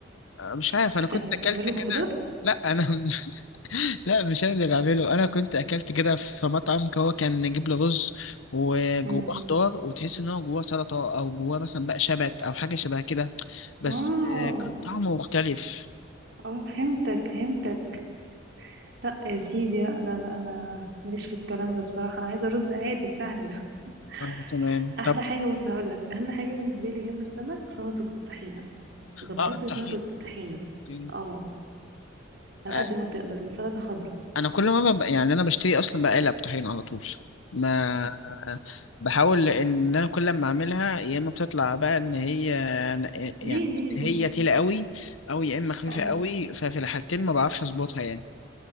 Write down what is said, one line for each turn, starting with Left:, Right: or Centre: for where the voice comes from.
Left: آه، مش عارف
Right: بت-
Left: أنا كنت أكلت
Right: بتعمله
Left: كده
Right: بخضار
Left: لا أنا <laughs> لا مش أنا اللي بعمله أنا كنت أكلت كده في مطعم هو كان نجيب له رز وجواه
Right: امم
Left: خضار وتحس إن هو جواه سلطة أو جواه مثلا بقى شبت أو حاجة شبه كده بس
Right: اه
Left: آه، كان طعمه مختلف
Right: اه فهمتك فهمتك لا يا سيدي لا لا لا انا ماليش في الكلام ده بصراحه انا عايزه رز عادي بتاعنا ده
Left: آه، تمام
Right: <laughs> احلى
Left: طب
Right: حاجه بص هقول لك اهم حاجه بالنسبه لي جنب السمك سلطه الطحينه ظبطي
Left: اه الطحين
Right: سلطه الطحينه
Left: الطحين.
Right: اه على
Left: آه،
Right: قد ما تقدر وسلطه خضراء
Left: انا كل ما ببقى يعني انا بشتري اصلا بقالة طحين على طول ما آه، بحاول ان انا كل ما اعملها يا اما بتطلع بقى ان هي يعني
Right: ليه ليه ليه
Left: هي تقيلة قوي او يا اما خفيفة
Right: اه
Left: قوي ففي الحالتين ما بعرفش اظبطها يعني